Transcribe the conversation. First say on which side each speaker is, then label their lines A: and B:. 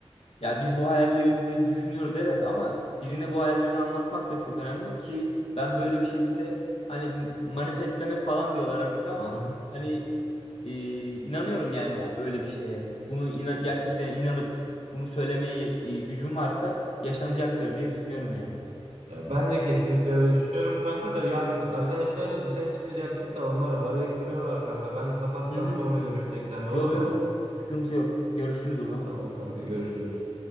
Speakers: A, on the left; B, on the right.
A: ya biz bu hayallerimizi düşünüyoruz evet ama birine bu hayallerini anlatmak da çok önemli ki ben böyle bir şekilde hani manifestlemek falan diyorlar artık ama
B: Hı hı.
A: hani e, inanıyorum yani o öyle bir şeye. Bunu ina- gerçekten inanıp bunu söylemeye e, gücüm varsa yaşanacaktır diye düşünüyorum yani.
B: Ya ben de kesinlikle öyle düşünüyorum kanka da ya biz arkadaşlarla dışarı çıkacaktık da onlar arayıp duruyorlar kanka. Ben kapatsam
A: Hı hı.
B: sonra görüşsek seninle
A: Yo
B: olur mu?
A: yo hiç sıkıntı yok. Görüşürüz o zaman.
B: Tamam kanka görüşürüz.